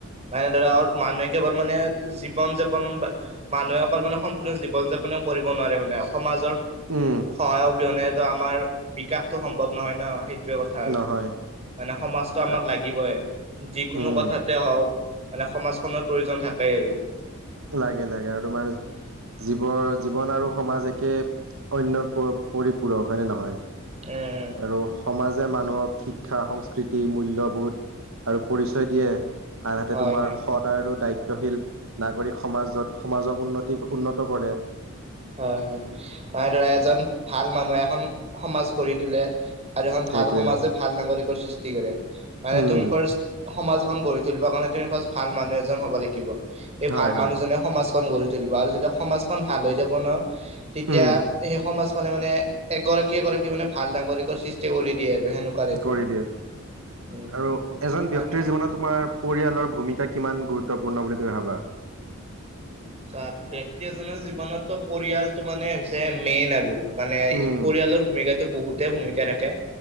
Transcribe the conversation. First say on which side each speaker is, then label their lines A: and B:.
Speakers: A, on the right (about 30°); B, on the right (about 75°).
A: এনেদৰে আৰু মানুহে কেৱল মানে জীৱন যাপন বা মানুহে অকল মানে সম্পূৰ্ণ জীৱ ন যাপন কৰিব নোৱাৰে মানে সমাজৰ
B: উম,
A: সহায় অবিহনে। ত আমাৰ বিকাশটো সম্ভৱ নহয় ন সেইটোৱে। কথা আৰু
B: নহয়
A: মানে সমাজটো আমাক
B: আ-
A: লাগিবই যিকোনো
B: উম
A: কথাতে হওঁক। মানে সমাজখনৰ প্ৰয়োজন থাকেই আৰু
B: লাগে -লাগে আৰু তোমাৰ
A: উম
B: জীৱ জীৱন আৰু সমাজ এক টেপ, অন্য প পৰিপূৰক হয়নে নহয়?
A: উম
B: আৰু সমাজে মানুহক শিক্ষা সংস্কৃতি মূল্যবোধ আৰু পৰিচয় দিয়ে। আনহাতে
A: হয়
B: তোমাৰ
A: হয়
B: সদ আৰু দায়িত্ব শীল নাগৰিক সমাজত সমাজক উন্নতি উন্নত কৰে।
A: হয় হয় মই ধৰা এজন ভাল মানুহে এখন সমাজ গঢ়ি তোলে আৰু এখন
B: সেইটোৱে
A: ভাল সমাজে ভাল নাগৰিকৰ সৃষ্টি কৰে, মানে
B: উম
A: তুমিৰ ফাৰ্ষ্ট সমাজখন গঢ়ি তুলিব কাৰণে তুমি ফাৰ্ষ্ট ভাল মানুহ এজন হ'ব লাগিব, এই
B: হয়
A: ভাল
B: হয়
A: মানুহজনে সমাজখন গঢ়ি তুলিব আৰু যেতিয়া সমাজ খন ভাল হৈ যাব ন, তেতিয়া
B: উম
A: এই সমাজখন। খনে মানে এগৰাকী এগৰাকী মানে ভাল ডাঙৰিকৰ সৃষ্টি কৰি দিয়ে। আৰু সেনেকুৱা টাইপৰ
B: কৰি দিয়ে আৰু
A: উম হম
B: এজন
A: মানে
B: ব্যক্তিৰ জীৱনত তোমাৰ পৰিয়ালৰ। ভূমিকা কিমান গুৰুত্বপূৰ্ণ বুলি তুমি ভাবা?
A: চাহ ব্যক্তি এজনৰ জীৱনত ট পৰিয়ালতটো মানে হৈছে মেইন আৰু মানে পৰিয়-
B: উম
A: পৰিয়ালৰ ভূমিকা বহুতে ভূমিকা ৰাখে।